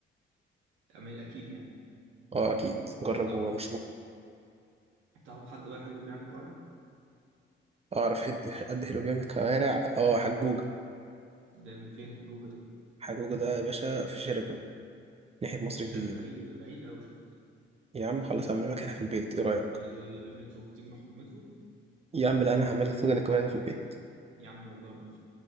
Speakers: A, on the right; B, on the right.
A: أما اكيد يعني
B: اه اكيد جربه
A: طب
B: مش
A: تعرف حد بقى حلو بيعمل كوارع
B: اعرف حد قد حلو جامد كوارع اه حجوجة
A: ده من فين حجوجة ده
B: حجوجة ده يا باشا في شيراتون ناحية مصر
A: شر-
B: الجديدة
A: بعيد بعيد قوي شرط
B: يا عم خلاص هعمله لك هنا في البيت ايه رأيك
A: ولا بال- ولا بالمترو تيجي نروح بالمترو
B: يا عم لا انا هعمل لك سودان الكوارع ده في البيت
A: يا عم والله موافق